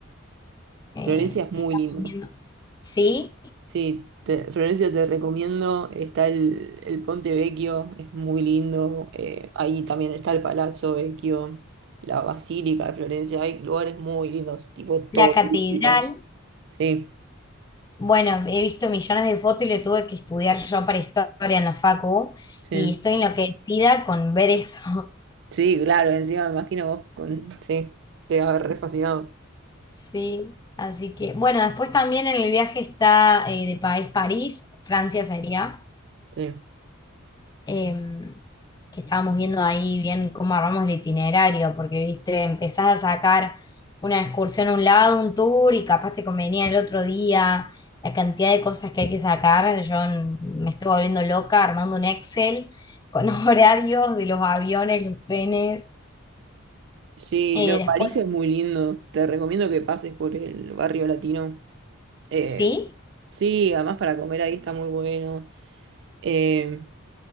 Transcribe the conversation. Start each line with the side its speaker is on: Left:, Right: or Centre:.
Left: eh,
Right: Florencia es muy
Left: estamos
Right: lindo.
Left: viendo. ¿Sí?
Right: Sí, te- Florencia, te recomiendo. Está el, el Ponte Vecchio, es muy lindo. eh, ahí también está el Palazzo Vecchio, la Basílica de Florencia. Hay lugares muy lindos, tipo todo
Left: La catedral,
Right: turístico. Sí,
Left: bueno, he visto millones de fotos y le tuve que estudiar yo para historia en la facu
Right: sí,
Left: y estoy enloquecida con ver eso. <laughs>
Right: sí, claro. Encima me imagino vos con. Sí, te va a haber re fascinado.
Left: Sí, así que, bueno, después también en el viaje está eh, de país París, Francia sería.
Right: Sí,
Left: em, que estábamos viendo ahí bien cómo armamos el itinerario, porque, viste, empezás a sacar una excursión a un lado, un tour, y capaz te convenía el otro día, la cantidad de cosas que hay que sacar, yo n- me estoy volviendo loca armando un Excel con <laughs> horarios de los aviones, los trenes,
Right: sí,
Left: eh,
Right: no,
Left: después,
Right: París es muy lindo. Te recomiendo que pases por el barrio latino. eh,
Left: ¿sí?
Right: sí, además para comer ahí está muy bueno. Eh,